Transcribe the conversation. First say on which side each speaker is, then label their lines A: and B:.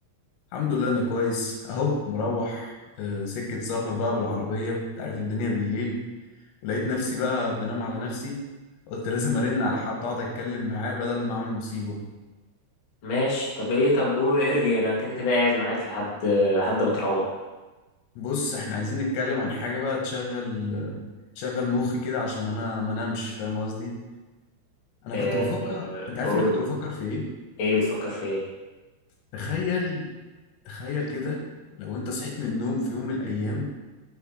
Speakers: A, on the left (about 75°); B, on the left (about 55°).
A: الحمد لله انا كويس اهو مروح آه، سكة سفر بقى بالعربية انت عارف الدنيا بالليل ولقيت نفسي بقى بنام على نفسي قلت لازم ارن على حد اقعد اتكلم معاه بدل ما اعمل مصيبة
B: ماشي طب ايه طب قول ارجع انا كده كده قاعد معاك لحد لحد ما تروح
A: بص احنا عايزين نتكلم عن حاجة بقى تشغل آه، تشغل مخي كده عشان انا ما نامش فاهم قصدي انا
B: اه
A: كنت بفكر
B: اه
A: انت عارف
B: قول
A: انا كنت بفكر في ايه
B: ايه بتفكر في ايه
A: تخيل تخيل كده لو انت صحيت من النوم في يوم من الايام